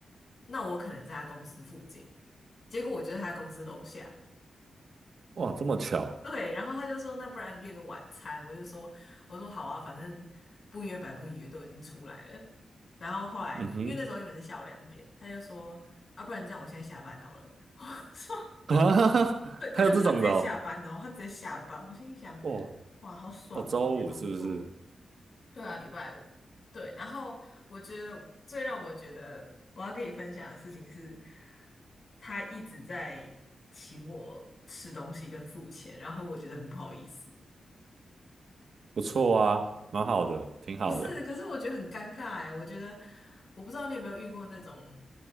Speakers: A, on the left; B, on the right.
A: 那我可能在他公司附近。结果我就在他公司楼下，
B: 哇，这么巧，
A: 对。然后他就说，那不然约个晚餐。我就说，我说好啊，反正不约白不约，都已经出来了。然后后来，
B: 嗯哼，
A: 因为那时候原本是下午两点，他就说，啊，不然这样，我现在下班好了。<laughs> 说，
B: <laughs> 啊，
A: 对，他就真的直接下班哦，
B: 还有这种的哦，
A: 他直接下班。我心里想，
B: 哇，
A: 哇，好爽哦，
B: 哦，周五是不是？
A: 你的工作。对啊，礼拜五。对，然后我觉得最让我觉得我要跟你分享的事情是，他一直在请我吃东西跟付钱，然后我觉得很不好意思。
B: 不错啊，蛮好的，挺好的，
A: 不是，可是我觉得很尴尬哎，我觉得我不知道你有没有遇过那种